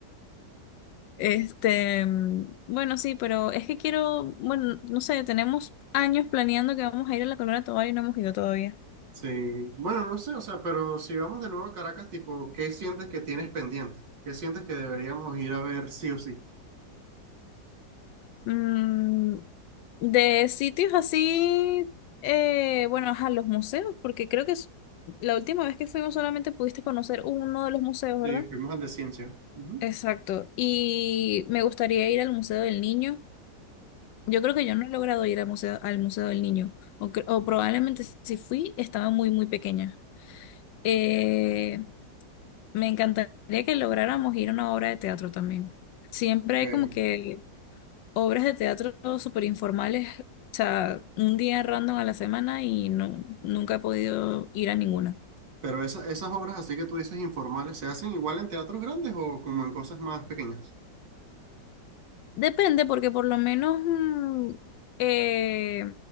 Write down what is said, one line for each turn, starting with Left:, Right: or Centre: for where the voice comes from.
Left: este, mm, bueno, sí, pero es que quiero, bueno, no sé, tenemos años planeando que vamos a ir a la Corona Tobar y no hemos ido todavía.
Right: Sí, bueno, no sé, o sea, pero si vamos de nuevo a Caracas, tipo, ¿qué sientes que tienes pendiente? ¿Qué sientes que deberíamos ir a ver sí o sí?
Left: Mm, de sitios así, eh, bueno, a los museos, porque creo que es- la última vez que fuimos solamente pudiste conocer uno de los museos,
Right: Sí,
Left: ¿verdad?
Right: fuimos al de ciencia. Ujú.
Left: Exacto. Y me gustaría ir al Museo del Niño. Yo creo que yo no he logrado ir al Museo, al Museo del Niño, o, cre- o probablemente si fui, estaba muy, muy pequeña. Eh, me encantaría que lográramos ir a una obra de teatro también. Siempre
Right: Ok.
Left: hay como que obras de teatro súper informales, o sea, un día random a la semana y no, nunca he podido ir a ninguna.
Right: Pero esa- esas obras así que tú dices informales, ¿se hacen igual en teatros grandes o como en cosas más pequeñas?
Left: Depende, porque por lo menos mm, eh,